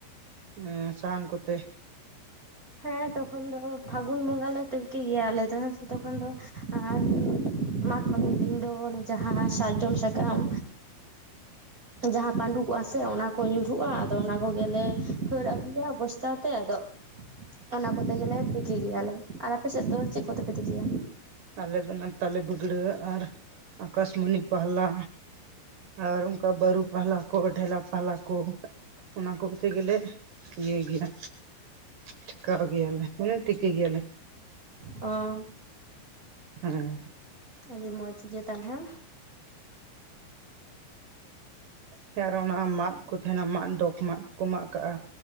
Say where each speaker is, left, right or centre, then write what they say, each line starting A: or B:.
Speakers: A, on the right; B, on the right.
A: ᱮᱸ ᱥᱟᱦᱟᱱ ᱠᱚᱛᱮ?
B: ᱦᱮᱸ ᱛᱚᱠᱷᱚᱱ ᱫᱚ ᱯᱷᱟᱹᱜᱩᱱ ᱵᱚᱸᱜᱟ ᱞᱮ ᱛᱤᱠᱤ ᱜᱮᱭᱟ ᱟᱞᱮ ᱫᱚ ᱦᱮᱸ ᱥᱮ ᱛᱚᱠᱷᱚᱱ ᱫᱚ ᱟᱨ ᱢᱟᱜᱽ ᱯᱷᱟᱹᱜᱩᱱ ᱫᱤᱱ ᱫᱚ ᱚᱱᱮ ᱡᱟᱦᱟᱸ ᱥᱟᱨᱡᱚᱢ ᱥᱟᱠᱟᱢ ᱡᱟᱦᱟᱸ ᱯᱟᱺᱰᱩᱠᱚᱜ-ᱟ ᱥᱮ ᱚᱱᱟ ᱠᱚ ᱧᱩᱨᱦᱩᱜ-ᱟ ᱟᱫᱚ ᱚᱱᱟ ᱠᱚᱜᱮᱞᱮ ᱦᱟᱹᱨ ᱟᱹᱜᱩᱭᱟ ᱵᱚᱥ ᱛᱟ ᱛᱮ ᱟᱫᱚ ᱚᱱᱟ ᱠᱚᱛᱮ ᱜᱮᱞᱮ ᱛᱤᱠᱤ ᱜᱮᱭᱟ ᱞᱮ ᱟᱨ ᱟᱯᱮ ᱥᱮᱫ ᱫᱚ ᱪᱮᱫ ᱠᱚᱛᱮᱯᱮ ᱛᱤᱠᱤᱭᱟ?
A: ᱟᱞᱮ ᱫᱚ ᱚᱱᱟ ᱛᱟᱞᱮ ᱵᱷᱟᱹᱜᱽᱲᱟᱹ ᱟᱨ ᱟᱠᱟᱥᱢᱚᱱᱤ ᱯᱟᱦᱞᱟ ᱟᱨ ᱚᱱᱠᱟ ᱵᱟᱹᱨᱩ ᱯᱟᱦᱞᱟ ᱠᱚ ᱰᱷᱮᱞᱟ ᱯᱟᱦᱞᱟ ᱠᱚ ᱚᱱᱟ ᱠᱚᱛᱮ ᱜᱮᱞᱮ ᱤᱭᱟᱹᱭ ᱜᱮᱭᱟ᱾ ᱴᱷᱮᱠᱟᱣ ᱜᱮᱭᱟ ᱞᱮ ᱢᱟᱱᱮ ᱛᱤᱠᱤ ᱜᱮᱭᱟ ᱞᱮ᱾
B: ᱚ
A: ᱦᱮᱸ
B: ᱟᱹᱰᱤ ᱢᱚᱡᱽ ᱜᱮ ᱛᱟᱦᱚᱞᱮ᱾
A: ᱥᱮ ᱟᱨᱚ ᱚᱱᱟ ᱢᱟᱫ ᱠᱚ ᱛᱟᱦᱮᱱᱟ ᱢᱟᱫ ᱰᱚᱜ ᱢᱟᱫ ᱠᱚᱠᱚ ᱢᱟᱜ ᱠᱟᱜ-ᱟ